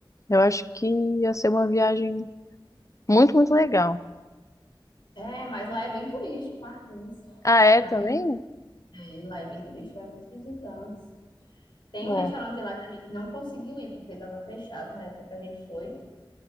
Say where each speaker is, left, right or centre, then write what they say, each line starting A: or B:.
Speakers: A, on the left; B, on the left.
A: Eu acho que ia ser uma viagem muito, muito legal.
B: É, mas lá é bem turístico, Martins.
A: Ah, é
B: Vai
A: também?
B: muito. É, lá é bem turístico, vai muitos visitantes. Tem
A: Bom,
B: um restaurante lá que a gente não conseguiu ir porque estava fechado na época que a gente foi,